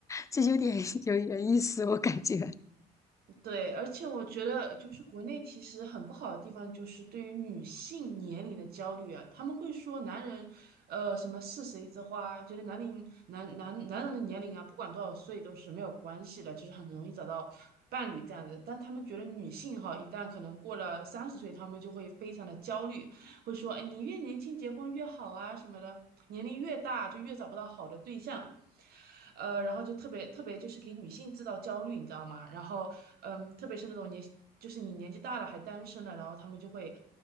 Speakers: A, on the left; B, on the right.
A: 就有点 <laughs> 有点意思，我感觉。
B: 对，而且我觉得就是国内其实很不好的地方，就是对于女性年龄的焦虑啊，他们会说男人，呃，什么四十一枝花，觉得男龄男男男人的年龄啊，不管多少岁都是没有关系的，就是很容易找到伴侣这样子。但他们觉得女性哈，一旦可能过了三十岁，他们就会非常的焦虑，会说，哎，你越年轻结婚越好啊什么的，年龄越大就越找不到好的对象。呃，然后就特别特别就是给女性制造焦虑，你知道吗？然后，嗯，特别是那种年，就是你年纪大了还单身的，然后他们就会